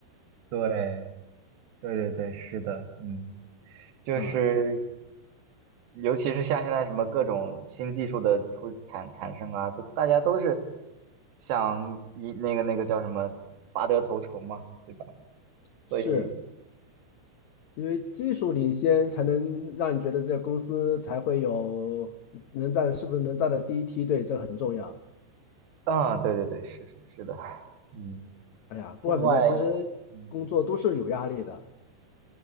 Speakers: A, on the right; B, on the left.
A: 对对对对，是的，嗯。就是
B: 啊，
A: 尤其是像现在什么各种新技术的出产产生啊，都大家都是想一那个那个叫什么拔得头筹嘛，对吧？
B: 是
A: 所以
B: 因为技术领先才能让你觉得这个公司才会有能站，是不是能站在第一梯队，这很重要。
A: 啊，对对对，是是是的，嗯，
B: 哎呀，
A: 另外，
B: 不管怎么样，其实工作都是有压力的。
A: 嗯，